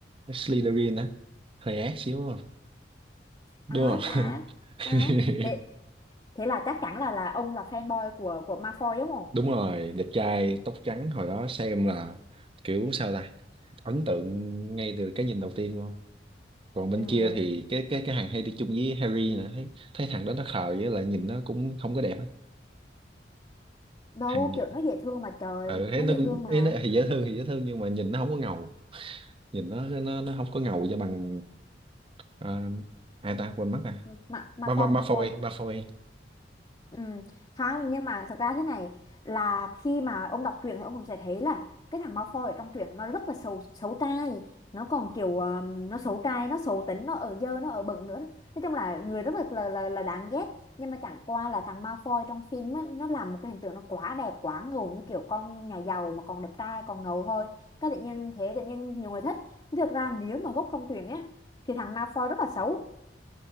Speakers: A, on the right; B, on the left.
A: Slytherin á, hơi ác xíu đúng không? Đúng
B: á
A: không?
B: á
A: <laughs>
B: á thế thế là chắc chắn là là ông là fanboy của của Malfoy đúng không
A: đúng rồi đẹp trai tóc trắng hồi đó xem là kiểu sao ta ấn tượng ngay từ cái nhìn đầu tiên luôn còn bên
B: ừ
A: kia thì cái cái cái hàng hay đi chung với Harry nữa thấy thấy thằng đó nó khờ với lại nhìn nó cũng không có đẹp á
B: đâu
A: thằng Việt
B: kiểu
A: á.
B: nó dễ thương mà trời
A: ừ thấy
B: nó
A: nó
B: dễ
A: cũng
B: thương mà
A: ý nó thì dễ thương thì dễ thương nhưng mà nhìn nó không có ngầu nhìn nó nó nó không có ngầu cho bằng à, ai ta quên mất à
B: Ừ, Ma Malfoy
A: ba ba ba
B: Malfoy
A: phôi ba phôi
B: Ừ, không nhưng mà thật ra thế này là khi mà ông đọc truyện thì ông cũng sẽ thấy là cái thằng Malfoy ở trong truyện nó rất là xấu xấu trai nó còn kiểu um, nó xấu trai nó xấu tính nó ở dơ nó ở bẩn nữa nói chung là người rất là là là, là đáng ghét nhưng mà chẳng qua là thằng Malfoy trong phim á, nó làm một cái hình tượng nó quá đẹp quá ngầu như kiểu con nhà giàu mà còn đẹp trai còn ngầu thôi cái tự nhiên thế tự nhiên nhiều người thích chứ thực ra nếu mà gốc trong truyện á thì thằng Malfoy rất là xấu